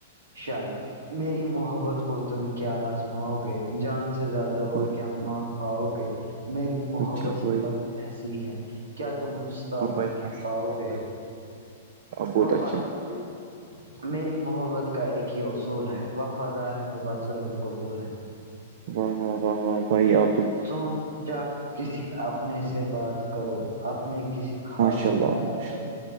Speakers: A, on the right (about 85°); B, on the right (about 60°).
A: شاعری میری محبت کو تم کیا آزماؤ گے جان سے زیادہ
B: واہ
A: اور کیا
B: واہ،
A: مانگ پاؤ گے میری محبت
B: اچھا بھائی
A: ایسی ہے کیا تم ان ساروں
B: ہاں بھائی
A: کو کہہ
B: ماشاء
A: پاؤ
B: اللہ
A: گے
B: بھائی بہت
A: وفاداری
B: اچھے ہیں
A: میری محبت کا ایک ہی اصول ہے وفادار ہے تو بس رب بھی قبول ہے
B: واہ واہ واہ واہ بھائی آب
A: سوچا کسی اپنے سے بات کرو اپنے کسی خاص
B: ماشاء
A: کو
B: اللہ
A: یاد
B: ماشاء
A: کرو